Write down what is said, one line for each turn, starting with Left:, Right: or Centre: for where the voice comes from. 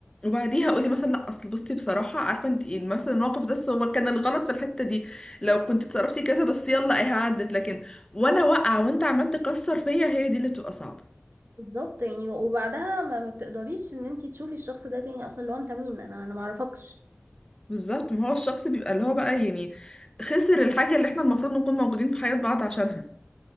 Left: وبعديها قولي مثلا لا اصل بصي بصراحه عارفه انت ايه مثلا الموقف ده بس هو كان الغلط في الحته دي لو كنت اتصرفتي كذا بس يلا ايه عدت لكن وانا واقعه وانت عمال تكسر فيا هي دي اللي بتبقى صعبه
Right: بالظبط يعني وبعدها ما ما بتقدريش ان انت تشوفي الشخص ده تاني اصلا لو انت مين انا انا معرفكش
Left: بالظبط ما هو الشخص بيبقى اللي هو بقى يعني خسر الحاجه اللي احنا المفروض نكون موجودين في حياه بعض عشانها